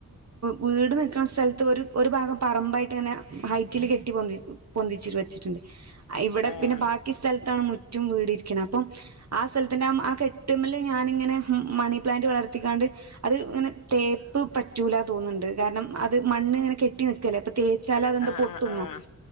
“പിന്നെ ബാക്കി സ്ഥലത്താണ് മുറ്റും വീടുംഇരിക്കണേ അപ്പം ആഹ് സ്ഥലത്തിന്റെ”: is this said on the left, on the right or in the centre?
Right